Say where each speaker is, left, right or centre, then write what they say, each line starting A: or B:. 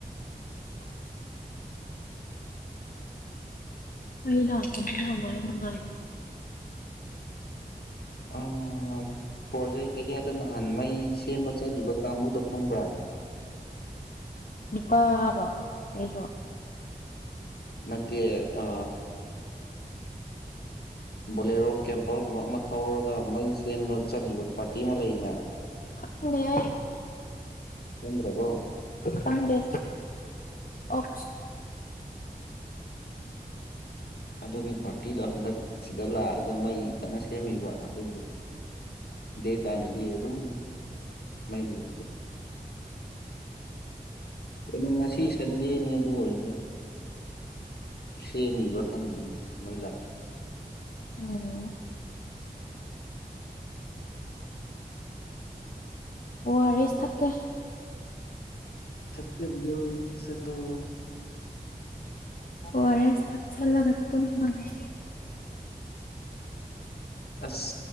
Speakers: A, on the left (about 60°); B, on the left (about 80°).
A: <inaudible> ꯑꯩ ꯂꯥꯛꯀ ꯊꯋꯥ ꯂꯅꯨꯡꯉꯥꯏꯅꯤ
B: ꯑꯣ ꯄ꯭ꯔꯣꯖꯦꯛ ꯑꯦꯔꯤꯌꯥꯗ ꯅꯍꯥꯟ ꯃꯩ ꯁꯦꯝꯕ ꯆꯠꯂꯤꯕ ꯀꯥꯡꯕꯨꯗꯣ ꯈꯪꯕ꯭ꯔꯥ
A: ꯅꯨꯄꯥꯔꯣ ꯑꯩꯗꯣ
B: ꯅ ꯑ ꯕꯣꯂꯦꯔꯣ ꯀꯦꯝꯄꯔꯒꯨꯝꯕ ꯑꯃ ꯊꯧꯔꯒ ꯃꯩ ꯁꯦꯝꯕ ꯆꯠꯂꯤꯕ ꯄꯥꯔꯇꯤ ꯑꯃ ꯂꯩꯔꯦ
A: ꯈꯪꯗꯦ
B: ꯁꯦꯝꯗ꯭ꯔꯕꯣ
A: ꯈꯪꯗꯦ ꯑꯣ
B: ꯑꯗꯨꯒꯤ ꯄꯥꯔꯇꯤꯗꯣ ꯍꯟꯗꯛ ꯁꯤꯗ ꯂꯥꯛꯑꯒ ꯃꯩ ꯀꯟꯅ ꯁꯦꯝꯃꯤꯕ ꯑꯗꯨꯒꯤ ꯗꯦ ꯇꯥꯏꯃꯗꯤ ꯑꯗꯨꯝ ꯃꯩ ꯂꯩ ꯀꯩꯅ ꯉꯁꯤ ꯁꯟꯗꯦ ꯅ ꯑꯗꯨ ꯑꯣꯏꯣꯏꯁꯨ ꯁꯦꯝꯃꯤꯕ꯭ꯔꯥ ꯈꯪꯗꯅꯤ ꯃꯩ ꯂꯥꯛꯇ
A: ꯎꯝ ꯑꯣꯑꯔ ꯑꯦꯁ ꯊꯛꯦ
B: ꯊꯛꯁꯤꯗꯨ ꯊꯛꯁꯤꯗꯨ
A: ꯋꯥꯔꯦꯁ ꯊꯥꯛ ꯆꯂꯒꯠ ꯇ ꯃꯥꯒꯦ
B: ꯑꯁ